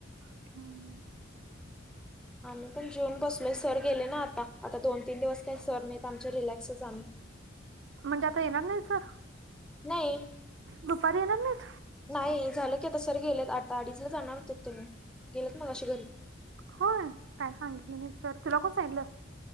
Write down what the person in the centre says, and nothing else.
आम्ही पण जेऊन बसलोय सर गेले ना आता, आता दोन तीन दिवस काही सर नाहीत आमचे रिलॅक्सच आम्ही.
नाही.
नाही झालं की, आता सर गेलेत, आता अडीचला जाणारत त्यांने गेलेत मगाशी घरी.